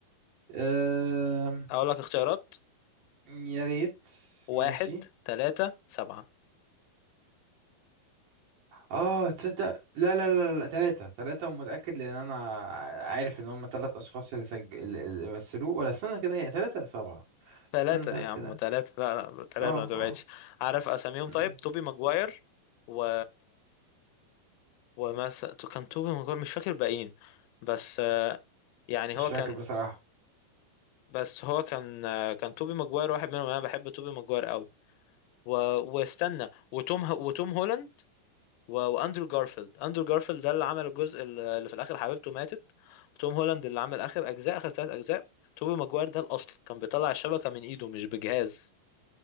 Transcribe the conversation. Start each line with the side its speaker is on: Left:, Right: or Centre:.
Right: أم...
Left: أقول لك اختيارات
Right: يا ريت
Left: واحد
Right: ماشي
Left: تلاتة سبعة
Right: اه تصدق لا لا لا لا ثلاثة ثلاثة متأكد لأن أنا عارف إن هم ثلاث أشخاص اللي سج... اللي اللي مثلوه ولا استنى كده هي ثلاثة سبعة
Left: تلاتة
Right: استنى طيب
Left: يا عم
Right: كده
Left: تلاتة لا لا تلاتة
Right: اه
Left: ما تبعدش
Right: اه
Left: عارف أساميهم
Right: مم.
Left: طيب توبي ماجواير و ومس كان توبي ماجواير مش فاكر باقيين بس يعني
Right: مش
Left: هو
Right: فاكر
Left: كان
Right: بصراحة
Left: بس هو كان آه، كان توبي ماجواير واحد منهم انا بحب توبي ماجواير قوي و... واستنى وتوم ه... وتوم هولاند و... واندرو جارفيلد اندرو جارفيلد ده اللي عمل الجزء اللي في الاخر حبيبته ماتت وتوم هولاند اللي عمل اخر اجزاء اخر ثلاث اجزاء توبي ماجواير ده الاصل كان بيطلع الشبكه من ايده مش بجهاز